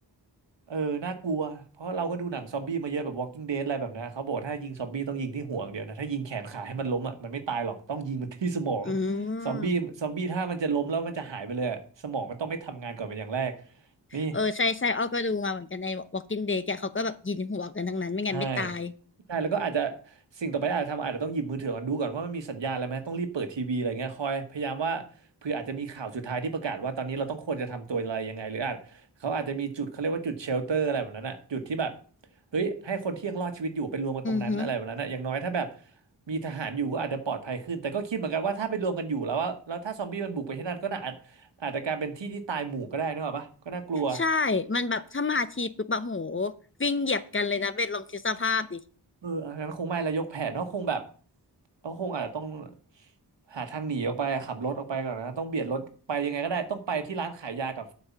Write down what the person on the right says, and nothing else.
เออ น่ากลัว เพราะเราก็ดูหนังซอมบี้มาเยอะแบบ Walking Dead อะไรแบบนั้นเขาบอกถ้ายิงซอมบี้ต้องยิงที่ห่วงเดียวนะ ถ้ายิงแขนขาให้มันล้มอ่ะมันไม่ตายหรอก ต้องยิงมันที่สมอง
ซอมบี้ซอมบี้ถ้ามันจะล้มแล้วมันจะหายไปเลยอะสมองมันต้องไม่ทำงานก่อนเป็นอย่างแรกนี่
ใช่ใช่แล้วก็อาจจะสิ่งต่อไปที่อาจจะทำอาจจะต้องหยิบมือถือก่อนดูก่อนว่ามันมีสัญญาณอะไรไหมต้องรีบเปิดทีวีอะไรเงี้ยคอยพยายามว่าเผื่ออาจจะมีข่าวสุดท้ายที่ประกาศว่าตอนนี้เราต้องควรจะทำตัวอะไรยังไงหรืออาจเขาอาจจะมีจุดเขาเรียกว่าจุดเชลเตอร์อะไรแบบนั้นอะจุดที่แบบเฮ้ยให้คนที่ยังรอดชีวิตอยู่ไปรวมกันตรงนั้นอะไรแบบนั้นอะอย่างน้อยถ้าแบบ
มีทหารอยู่ก็อาจจะปลอดภัยขึ้นแต่ก็คิดเหมือนกันว่าถ้าไปรวมกันอยู่แล้วว่าแล้วถ้าซอมบี้มันบุกไปที่นั่นก็น่าอาจอาจจะกลายเป็นที่ที่ตายหมู่ก็ได้นึกออกปะก็น่ากลัว
เอออันนั้นคงไม่แล้วยกแผนก็คงแบบก็คงอาจจะต้องหาทางหนีออกไปขับรถออกไปก่อนนะต้องเบียดรถไปยังไงก็ได้ ต้องไปที่ร้านขายยากับ